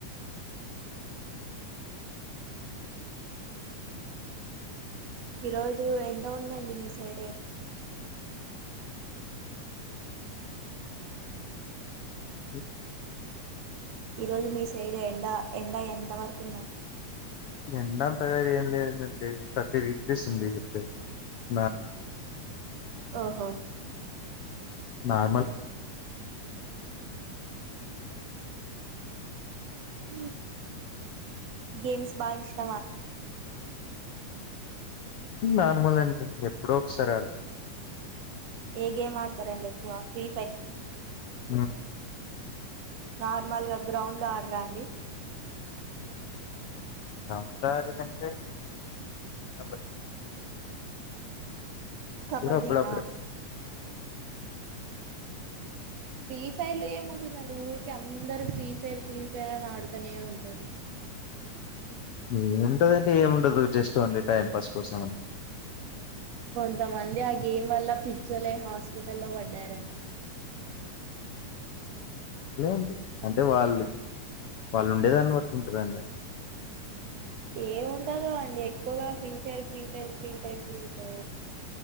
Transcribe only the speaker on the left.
హ్మ్
ఎండా అంతగా ఏం లేదు అండి. థర్టీ డిగ్రీస్ ఉంది అంతే నార్మల్
నార్మలే ఉందండి.
నార్మల్ అండి ఎప్పుడో ఒకసారి ఆడ్తా
ఆ
గ్రౌండ్లో ఆడేకంటే కబడ్డీ
అప్పుడప్పుడే
ఏ ఉంటదండి. ఏ ఉండదు జస్ట్ ఓన్లీ టైం పాస్ కోసం
అండీ. అంటే వాళ్ళు వాళ్ళు ఉండేదాన్ని బట్టి ఉంటదాండి.